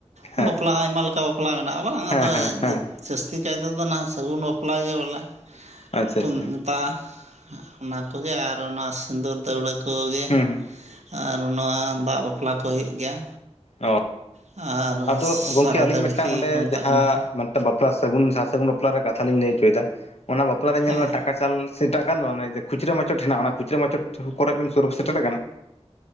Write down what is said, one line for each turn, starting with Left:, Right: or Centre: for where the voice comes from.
Right: ᱵᱟᱯᱞᱟ
Left: ᱦᱮᱸ
Right: ᱦᱚᱸ ᱟᱭᱢᱟ ᱞᱮᱠᱟ ᱵᱟᱯᱞᱟ ᱢᱮᱱᱟᱜᱼᱟ ᱵᱟᱝ
Left: ᱦᱮᱸ
Right: ᱟᱫᱚ
Left: ᱦᱮᱸ ᱦᱮᱸ
Right: ᱡᱟᱹ ᱼᱼ ᱡᱟᱹᱥᱛᱤ ᱠᱟᱭ ᱛᱮᱫᱚ ᱱᱟᱦᱟᱜ ᱥᱟᱹᱜᱩᱱ ᱵᱟᱯᱞᱟ ᱜᱮ ᱵᱚᱞᱮ
Left: ᱟᱪᱪᱷᱟ
Right: ᱠᱚ
Left: ᱟᱪᱪᱷᱟ
Right: ᱢᱮᱛᱟᱜᱼᱟ। ᱚᱱᱟ ᱠᱚᱜᱮ ᱟᱨ ᱱᱚᱣᱟ ᱥᱤᱸᱫᱩᱨ ᱫᱟᱹᱣᱲᱟᱹ ᱠᱚᱜᱮ᱾
Left: ᱦᱩᱸ ᱦᱩᱸ
Right: ᱟᱨ ᱱᱚᱣᱟ ᱫᱟᱜ ᱵᱟᱯᱞᱟ ᱠᱚ ᱦᱩᱭᱩᱜ ᱜᱮᱭᱟ।
Left: ᱚ
Right: ᱟᱨ
Left: ᱟᱫᱚ
Right: ᱥᱟᱨᱟ
Left: ᱜᱚᱢᱠᱮ ᱟᱹᱞᱤᱧ
Right: ᱫᱟᱹᱲᱦᱤ
Left: ᱢᱤᱫᱴᱟᱝ ᱚᱸᱰᱮ
Right: ᱠᱚ ᱢᱮᱛᱟᱜ
Left: ᱡᱟᱦᱟᱸ
Right: ᱠᱟᱱᱟ
Left: ᱼᱼ ᱢᱟᱱᱮ ᱵᱟᱯᱞᱟ ᱥᱟᱹᱜᱩᱱ ᱥᱟᱨ ᱥᱟᱹᱜᱩᱱ ᱵᱟᱯᱞᱟ ᱥᱟᱹᱜᱩᱱ ᱥᱟᱨ ᱥᱟᱹᱜᱩᱱ ᱵᱟᱯᱞᱟ ᱨᱮᱱᱟᱜ ᱠᱟᱛᱷᱟ ᱞᱤᱧ ᱞᱟᱹᱭ ᱦᱚᱪᱚᱭᱮᱫᱟ ᱚᱱᱟ ᱵᱟᱯᱞᱟ ᱨᱮᱧ ᱧᱮᱞ
Right: ᱦᱮᱸ
Left: ᱢᱮ ᱴᱟ ᱼᱼ ᱴᱟᱠᱟ ᱪᱟᱞ ᱥᱮ <unintelligible> ᱫᱚ ᱵᱟᱝ ᱢᱟᱱᱮ ᱠᱷᱩᱪᱨᱟ ᱢᱟᱪᱚᱴ ᱦᱮᱱᱟᱜ ᱚᱱᱟ ᱠᱷᱩᱪᱨᱟ ᱢᱟᱪᱚᱴ ᱠᱚᱨᱮ ᱵᱤᱱ ᱥᱩᱨ ᱥᱮᱴᱮᱨ ᱟᱠᱟᱱᱟ?